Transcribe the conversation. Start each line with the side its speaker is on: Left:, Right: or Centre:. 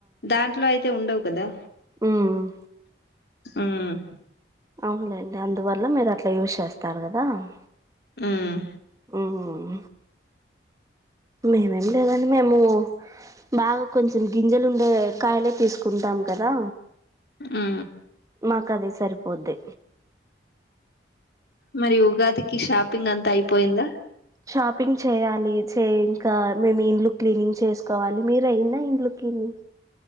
Left: దాంట్లో అయితే ఉండవు కదా
Right: ఉ మ్మ్
Left: ఉమ్
Right: అవునులేండి అందువల్ ల మీరు అట్ల్ యూజ్ చేస్తారు కదు దామ్
Left: హుమ్
Right: హుమ్ మేమేం లేదండి. మేము బాగా కొంచెం గింజలు ఉండేవే కాయలే తీసుకుంటాం. కదా
Left: హు
Right: మాకది సరిప్ పోద్దె
Left: మరి ఉగాదికి షాప్ ప్పింగ్ అంతా అయిపోయిందా
Right: షాపింగ్ చేయాలి చే ఇంకా మేము ఇండ్లు క్లీనింగ్ చేసుకోవాలి. మీరు అయింద ఇంట్లో క్లీనింగ్